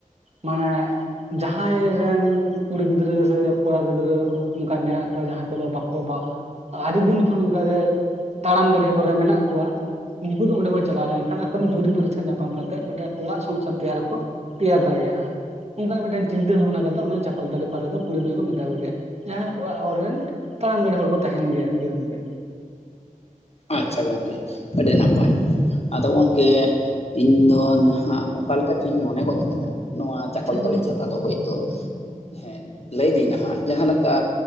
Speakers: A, on the right (about 50°); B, on the left (about 50°).
A: ᱢᱟᱱᱮ, ᱡᱟᱦᱟᱸᱭ ᱨᱮᱱ ᱠᱩᱲᱤ ᱜᱤᱫᱽᱨᱟᱹ ᱥᱮ ᱠᱚᱲᱟ ᱜᱤᱫᱽᱨᱟᱹ, ᱚᱱᱠᱟ ᱢᱮᱱᱟᱜ ᱠᱚᱣᱟ ᱡᱟᱦᱟᱸᱭ ᱠᱚᱫᱚ ᱵᱟᱠᱚ ᱵᱟ ᱟᱹᱰᱤ ᱫᱤᱱ ᱠᱷᱚᱱ ᱚᱱᱠᱟᱜᱮ, ᱛᱟᱲᱟᱢ ᱜᱟᱹᱰᱮ ᱦᱚᱨ ᱨᱮ ᱢᱮᱱᱟᱜ ᱠᱚᱣᱟ᱾ ᱩᱱᱠᱩ ᱫᱚ ᱚᱸᱰᱮ ᱠᱚ ᱪᱟᱞᱟᱣ ᱞᱮᱱᱠᱷᱟᱱ ᱟᱠᱚᱨᱮᱱ ᱡᱩᱨᱤ ᱯᱟᱹᱨᱤᱥᱟ ᱧᱟᱯᱟᱢ ᱠᱟᱛᱮᱫ ᱢᱤᱫᱴᱟᱝ ᱚᱲᱟᱜ ᱥᱚᱝᱥᱟᱨ ᱛᱮᱭᱟᱨ ᱟᱠᱚ᱾ ᱛᱮᱭᱟᱨ ᱫᱟᱲᱮᱭᱟᱜᱼᱟ᱾ ᱚᱱᱠᱟ ᱜᱮ ᱢᱤᱫᱴᱮᱱ ᱪᱤᱱᱛᱟᱹ ᱵᱷᱟᱵᱽᱱᱟ ᱠᱟᱛᱮᱫ ᱚᱱᱟ ᱪᱟᱠᱚᱞᱛᱟᱹᱲᱤ ᱯᱟᱛᱟ ᱫᱚ ᱠᱩᱲᱤ ᱜᱤᱫᱽᱨᱟᱹ ᱠᱚ ᱢᱮᱛᱟ ᱠᱚ ᱜᱮᱭᱟ᱾ ᱡᱟᱦᱟᱸᱭ ᱚᱲᱟᱜ ᱦᱚᱲ ᱨᱮᱱ, ᱛᱟᱲᱟᱢ ᱜᱟᱸᱰᱮ ᱦᱚᱲ ᱠᱚ ᱛᱟᱦᱮᱸᱱ ᱜᱮᱭᱟ ᱟᱨᱠᱤ ᱜᱚᱝᱠᱮ᱾
B: ᱟᱪᱪᱷᱟ ᱜᱚᱝᱠᱮ ᱟᱹᱰᱤ ᱱᱟᱯᱟᱭ, ᱟᱫᱚ ᱜᱚᱝᱠᱮ, ᱤᱧ ᱫᱚ ᱱᱟᱦᱟᱜ ᱚᱠᱟ ᱞᱮᱠᱟ ᱪᱚᱧ ᱢᱚᱱᱮ ᱜᱚᱫ ᱠᱟᱫᱟ ᱱᱚᱣᱟ ᱪᱟᱠᱚᱞᱛᱟᱹᱲᱤ
A: ᱟᱪᱪᱷᱟ ᱜᱚᱝ
B: ᱪᱷᱟᱛᱟ᱾ ᱫᱚ ᱦᱚᱭᱛᱳ ᱦᱮᱸ ᱞᱟᱹᱭᱫᱟᱹᱧ ᱦᱟᱸᱜ ᱡᱟᱦᱟᱸ ᱞᱮᱠᱟ,